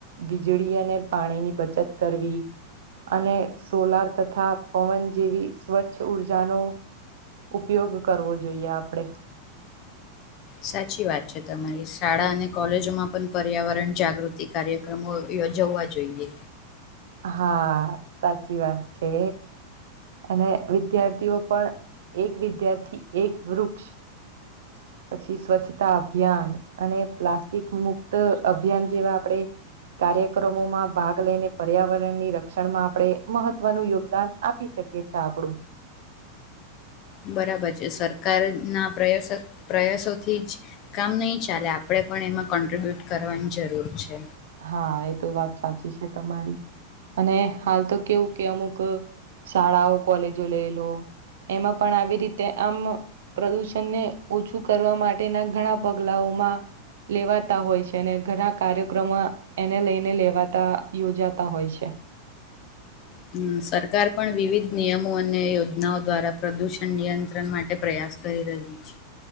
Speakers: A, on the right; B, on the left.
A: વીજળી, અને પાણીની બચત કરવી અને સોલાર, તથા પવન જેવી સ્વચ્છ ઉર્જાનો ઉપયોગ કરવો જોઈએ, આપણે
B: સાચી વાત છે, તમારી શાળા અને કોલેજોમાં પણ પર્યાવરણ જાગૃતિ કાર્યક્રમો, હો જવા, જોઈએ
A: હા, સાચી વાત છે. અને વિદ્યાર્થીઓ, પણ એક વિદ્યાર્થી એક વૃક્ષ પછી સ્વચ્છતા, અભિયાન અને પ્લાસ્ટિક મુક્ત અભિયાન જેવા, આપણેે. કાર્યક્રમા, મા ભાગ લઈને પર્યાવરણની રક્ષણ મા આપણે મહત્વનું યોગદાન આપીશ શકે છે, આપડું
B: બરાબર છે, સરકાર ના પ્રયાસ પ્રયાસોથી જ કામ નહી ચાલે આપ આપણે પણ એમા, કોન્ટ્રિબ્યુટ કરવાની જરૂર છે.
A: હા, એ તો વાત સાચી છે. તમારી અને હ તો કેવું, કે અમુક શાળાઓ કોલેજો લઈ લો એમા, પણ આવી રીતે. આમ પ્રદુષણને ઓછુ, કરવા માટેના ઘણા પગલાઓ લેવાતા હોય, છે. ઘણા કાર્યક્રમો એને લઈને લેવાતા યોજાતા હોય, છે.
B: હમ્મ સરકાર પણ વિવિધ નિયમો, અને યોજનાઓ દ્વારા પ્રદુષણ નિયંત્રણ માટે પ્રયાસ કરી ર છ.